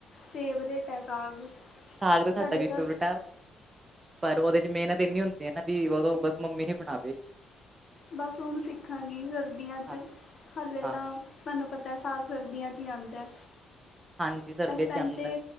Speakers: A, on the left; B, on the right.
A: ਫੇਵਰੇਟ ਹੈ ਸਾਗ।
B: ਸਾਗ ਤਾਂ
A: ਸਾਡੇ
B: ਸਾਡਾ ਵੀ
A: ਘਰ
B: ਫੇਵਰੇਟ ਹੈ। ਪਰ ਉਹਦੇ'ਚ ਮਿਹਨਤ ਇੰਨੀ ਹੁੰਦੀ ਹੈ, ਨਾ ਵੀ ਉਦੋਂ ਬਸ ਮੰਮੀ ਹੀ ਬਣਾਵੇ।
A: ਬਸ ਹੁਣ ਸਿੱਖਾਂਗੀ ਸਰਦੀਆਂ'ਚ,
B: ਹਾਂ
A: ਹਾਲੇ
B: ਹਾਂ
A: ਤਾਂ ਤੁਹਾਨੂੰ ਪਤਾ ਅਤੇ ਸਾਗ ਸਰਦੀਆਂ 'ਚ ਹੀ ਆਂਦਾ,
B: ਹਾਂਜੀ ਸਰਦੀਆਂ
A: ਇਸ ਟਾਈਮ
B: 'ਚ ਆਉਂਦਾ
A: 'ਤੇ